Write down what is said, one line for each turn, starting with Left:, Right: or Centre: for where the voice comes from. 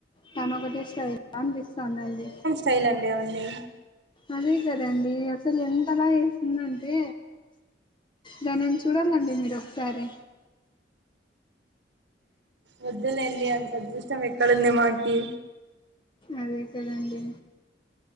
Left: తను ఒకటిష్ట అనిపిస్తదండి
Right: తైల్ అండి అవన్ని
Left: అదే కదండి అసలు ఎంతలా ఏస్తుందంటే దానిని చూడాలండి మీరు ఒకసారి
Right: వద్దులేండి అంత అదృష్టం ఎక్కడుంది మాకి
Left: అదే కదాండి